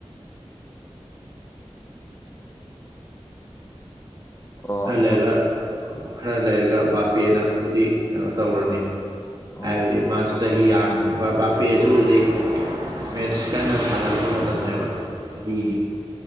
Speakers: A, on the right (about 40°); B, on the left (about 25°).
A: ꯑꯗꯨ
B: ꯑꯣ
A: ꯈꯔ
B: ꯍꯜꯂꯣ
A: ꯂꯩꯔꯒ ꯈꯔ ꯂꯩꯔꯒ ꯕꯥꯄꯦꯅꯕꯨꯗꯤ ꯀꯩꯅꯣ ꯇꯧꯔꯅꯤ
B: ꯑꯣ
A: ꯍꯥꯏꯕꯗꯤ ꯃꯥꯁꯨ ꯆꯍꯤ ꯌꯥꯝ ꯕꯥ ꯕꯥꯄꯦꯁꯨ ꯍꯧꯖꯤꯛ ꯃꯦꯠꯁ ꯀꯟꯅ ꯁꯥꯟꯅꯔꯛꯄ ꯃꯇꯝꯅꯦꯕ ꯆꯍꯤ
B: ꯎꯝ